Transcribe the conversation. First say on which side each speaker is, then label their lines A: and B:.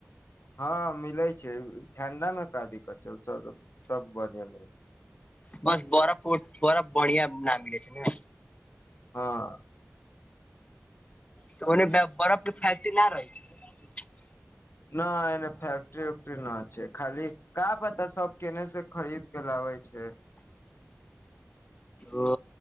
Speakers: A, on the left; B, on the left.
A: हँ मिलै छै ठंडा मे का दिक्कत छै सब सब बढ़ीया मिल
B: बस बरफ बरफ बढ़िया न मिले छै ने
A: हँ
B: तऽ ओने बरफ के फेकट्रि नई रहै छै
A: न एने फैक्टरी उकटरी न छै खाली का पता सब केने से खरीद के लाबै छै
B: ओ